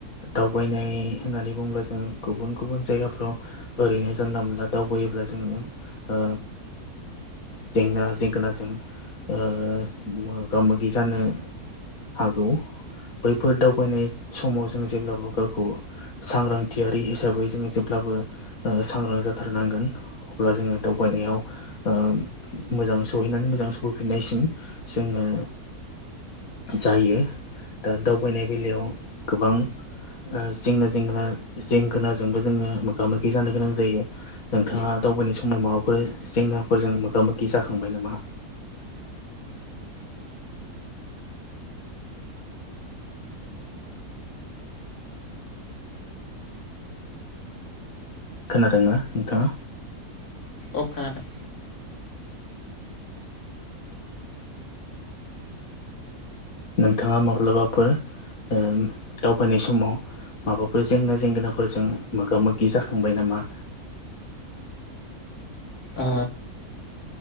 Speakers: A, on the left (about 65°); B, on the left (about 80°).
A: दावबायनाय होननानै बुंब्ला जों गुबुन गुबुन जायगाफ्राव ओरैनो जानला मोनला दावबायोब्ला जोङो ओ जेंना जेंगोनाजों ओ मोगा मोगि जानो हागौ बैफोर दावबायनाय समाव जों जेब्लाबो गावखौ। सांग्रांथियारि हिसाबै जोङो जेब्लाबो ओ सांग्रां जाथारनांगोन अब्ला जोङो दावबायनायाव ओ मोजाङै सहैनानै मोजां सहैफिननायसिम जोङो जायो दा दावबायनाय बेलायाव गोबां ओ जेंना जेंगोना जेंगोनाजोंबो जोङो मोगा मोगि जानो गोनां जायो नोंथाङा दावबायनाय समाव माबाफोर जेंनाफोरजों मोगा मोगि जाखांबाय नामा खोनादोंना नोंथाङा
B: ओ खोनादों
A: नोंथाङा माब्लाबाफोर ओ दावबायनाय समाव माबाफोर जेंना जेंगोनाफोरजों मोगा मोगि जाखांबाय नामा
B: ओ